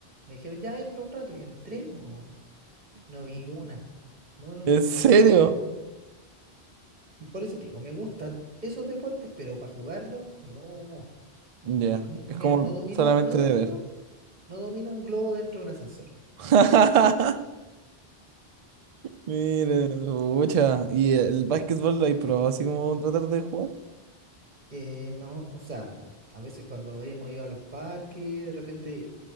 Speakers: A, on the right; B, on the right.
A: me dijeron, ya entra un rato y entré, no, no vi una. No, no,
B: ¿En
A: no,
B: serio?
A: yo no sé cómo. Por eso te digo, me gustan esos deportes, pero para jugarlo, no.
B: Ya,
A: ni- no, mira,
B: es como
A: no domino,
B: solamente
A: no domino
B: de ver.
A: No domino un globo dentro de un ascensor.
B: <laughs> mire mucha. ¿Y el básquetbol lo hay probado así como tratar de jugar?
A: Eh, no, o sea, a veces cuando hemos ido a los parques, de repente